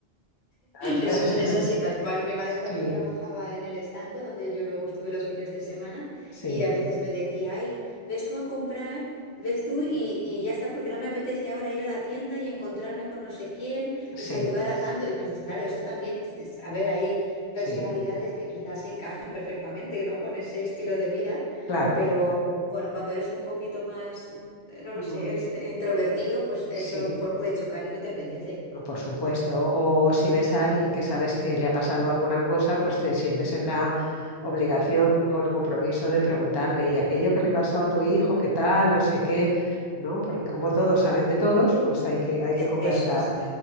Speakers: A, on the left (about 30°); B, on the left (about 60°).
A: O sea,
B: Eso
A: <laughs>
B: es, es así tal cual. Mi madre
A: sí,
B: también trabajaba en el estanco donde yo luego estuve los fines de semana
A: sí,
B: y a veces me decía, ay, ves tú a comprar, ves tú y, y ya está porque no me apetece ahora ir a la tienda y encontrarme con no sé quién
A: sí,
B: y saludar a tanto. Y piensas, claro, eso también, es- a ver, hay personalidades
A: sí,
B: que quizás se encajen perfectamente, ¿no? Con ese estilo de vida.
A: claro.
B: Pero bueno, cuando eres un poquito más, no
A: Ujú.
B: lo sé, es introvertido, pues eso
A: Sí,
B: a lo mejor puede chocar y no te apetece.
A: por supuesto. O si ves a alguien que sabes que le ha pasado alguna cosa, pues te sientes en la obligación o el compromiso de preguntarle, ¿y aquello que le pasó a tu hijo, qué tal, no sé qué? ¿No? Porque como todos saben de todos, pues hay que, hay que conversar.
B: Eso es.